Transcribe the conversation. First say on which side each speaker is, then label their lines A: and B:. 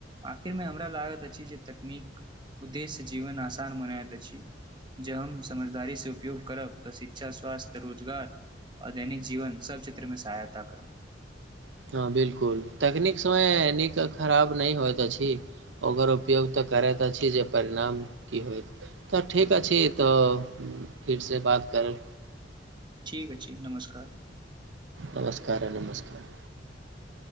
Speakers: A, on the right; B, on the right.
A: आखिरमे हमरा लागत अछि जे तकनीक उद्देश्य जीवन आसान बनाैत अछि जे हम समझदारी से उपयोग करब तऽ शिक्षा स्वास्थ्य रोजगार आ दैनिक जीवन सभ क्षेत्रमे सहायता करब
B: हँ बिलकुल तकनीक सममे नीक खराब नहि होइत अछि ओकर उपयोग तऽ करैत अछि जे परिणाम की होइत तऽ ठीक अछि तऽ फिरसँ बात करब
A: ठीक अछि छै नमस्कार
B: नमस्कार नमस्कार